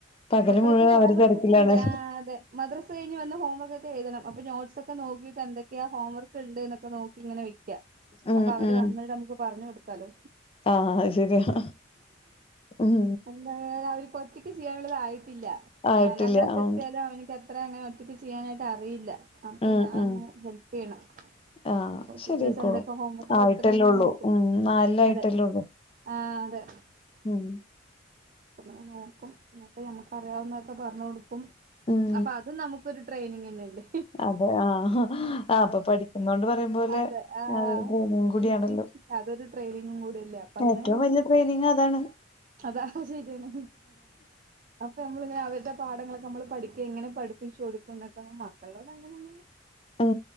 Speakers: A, on the left; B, on the right.
A: പകല്
B: മക്കൾക്ക്
A: മുഴുവൻ
B: ഹോം
A: അവര്
B: വർക്ക്ക്കെണ്ട്
A: തെരക്കിലാണ്
B: ആഹ് അതെ മദ്രസ് കഴിഞ് വന്ന് ഹോംവർക്കെ എഴതണം അപ്പ നോട്സ്ക്ക നോക്കിട്ട് എന്തക്കെ ഹോംവർക്ക്ണ്ട്ന്നൊക്കെ നോക്കി ഇങ്ങനെ വെക്ക
A: ഉം
B: അപ്പൊ അവര്
A: ഉം
B: വന്നിട്ട് നമുക്ക് പറഞ്ഞു കൊടുക്കാലോ
A: ആഹ് അത് ശെരിയാ ഉം
B: എ അവര്കൊറ്റക്ക് ചെയ്യാനുള്ളതായിട്ടില്ല
A: ആയിട്ടില്ല
B: നാലാം ക്ലാസ്
A: ആഹ്
B: എത്തിയാലും അവനക്ക് എത്ര അങ്ങനെ ഒറ്റയ്ക്ക് ചെയ്യാനായിട്ട് അറിയില്ല അപ്പൊ
A: ഉം
B: ഞാൻ
A: ഉം
B: ഹെല്പ് ചെയ്യണം
A: ആഹ്
B: അപ്പൊ
A: ശെരിയായിക്കോളും
B: പിറ്റേസം എന്തൊക്കെ ഹോം വർക്ക് കൊടുത്തിണ്ടെങ്കെനോക്കും
A: ആയിട്ടല്ലേ ഒള്ളൂ ഉം നാലിലായിട്ടല്ലേ
B: അതെ
A: ഒള്ളൂ
B: ആഹ് അതെ
A: ഉം
B: അങ്ങനെ നോക്കും. ഇന്നട്ട് ഞമ്മക്ക് അറിയാവുന്നൊക്കെ പറഞ്ഞ് കൊടുക്കും
A: ഉം
B: അപ്പൊ അതും നമുക്കൊരു ട്രെയിനിങ് തന്നെല്ലേ
A: അപ്പൊ ആഹ് അപ്പൊ പഠിക്കുന്നോണ്ട് പറിയും പോലെ
B: അതെ ആഹ്
A: അതൊരു ഡ്രെയിനിങ് കൂടിയാണല്ലോ
B: പി ടി അതൊരു ട്രെയിനിങ്ങും കൂടില്ലേ അപ്പ അങ്ങനെ
A: ഏറ്റവും
B: നോക്കി
A: വലിയ ട്രെയിനിങ് അതാണ്
B: അത് ശരിയാണ് അപ്പൊ നമ്മളിങ്ങനെ അവർടെ പാഠങ്ങളൊക്കെ നമ്മള് പഠിക്ക എങ്ങനെ പഠിപ്പിച്ചു കൊടുക്കും ന്നൊക്കെ മക്കളോട് അങ്ങനെ യങ്ങനെ
A: ഉം